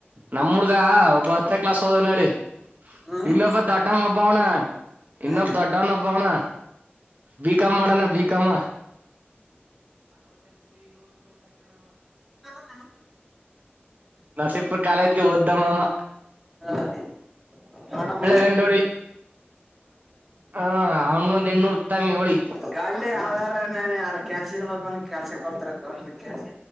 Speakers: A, on the right; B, in the centre.
A: ನಮ್ ಹುಡ್ಗ ಒಬ್ಬ ಹತ್ತನೇ ಕ್ಲಾಸ್ ಒದೆನ್ಹಳ್ಳಿ
B: ಹ್ಮ್
A: ಇನ್ನೊಬ್ಬತ್ ದಟ್ಟಮ್ಮಬ ಅವ್ನ ಎನ್ನೊಬ್
B: ಹಾನಿ
A: ದೊಡ್ಡೋವ್ನೊಬ್ಬ ಅವ್ನೇ ಬಿಕಾಂ ಮಾಡೋನೆ ಬಿ ಬಿಕಂ
B: ಹ
A: ನರ್ಸಿಪುರ ಕಾಲೇಜ್ಲಿ ಒದ್ದವವ
B: ಹಾ ಅನಿ ನೋಡಮ್
A: ಗಂಡೋಳಿ ಹ ಅವ್ನ್ ಒಂದ್ ಹೆಣ ಹುಡುಕ್ ಹತ್ತಾಮಿ ಯೋಳಿ
B: ಕಾಂಡೆ ಆಧಾರ ನೆ ಯಾರ ಕೆಲ್ಸಿ ಇರ್ಬೇಕ ಕೆಲ್ಸ ಕೇಳ್ತಾರೆ ಗೌರ್ಮೆಂಟ್ ಕೆಲ್ಸ